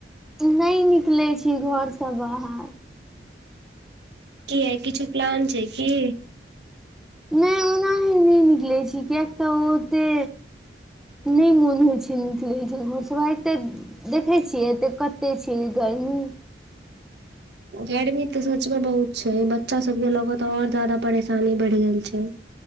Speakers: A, in the centre; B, on the right.
A: नहि निकलै छी, घरसँ बाहर
B: कि य किछु प्लान छै की
A: नहि ओनाही नहि निकलै छी किएक तऽ ओते नहि मोन होय छै नीकलै छै घर उन्हैते देखैत छी, एते कते छै गर्मी
B: गर्मी तऽ सच मे बहुत छै बच्चा सब के लऽ क तऽ आओर जादा परेशानी बढ़ि गेल छै